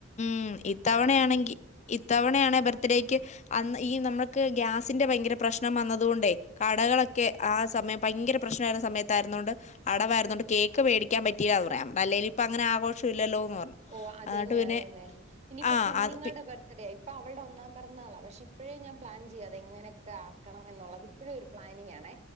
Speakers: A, on the left (about 35°); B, on the right (about 35°).
A: ഉം ഇത്തവണയാണെങ്കി ഇത്തവണയാണേ ബർത്ത്ഡേക്ക് അന്ന് ഈ നമ്മൾക്ക് ഗ്യാസിന്റെ ഭയങ്കര പ്രശ്നം വന്നതുകൊണ്ടേ കടകളൊക്കെ ആ സമയം ഭയങ്കര പ്രശ്നമായിരുന്ന സമയത്തായിരുന്നൊത് കൊണ്ട് അടവാരുന്നത് കൊണ്ട് കേക്ക് വേടിക്കാൻ പറ്റയില്ലന്ന് പറയാ. അല്ലേലും ഇപ്പഅങ്ങനെ ആഘോഷ ഇല്ലല്ലോ എന്ന് പറഞ്ഞു.
B: ഓഹ് അത്
A: എന്നിട്ട്
B: തന്നെ
A: പിന്നെ
B: അത് ന്നെ. ഇനിയിപ്പ
A: ആ
B: കുഞ്ഞുങ്ങളുടെ
A: അത് പി
B: ബർ ത്ടെ ഇപ്പൊ അവളുടെ ഒന്നാം പിറന്നാളാണ്. പക്ഷെ ഇപ്പഴേ ഞാൻ പ്ലാൻ ചെയ്യാ അത്ങ്ങനൊക്കെ ആക്കണം എന്നുള്ളത്. ഇപ്പഴും പ്ലാനിങ്ങാണെ.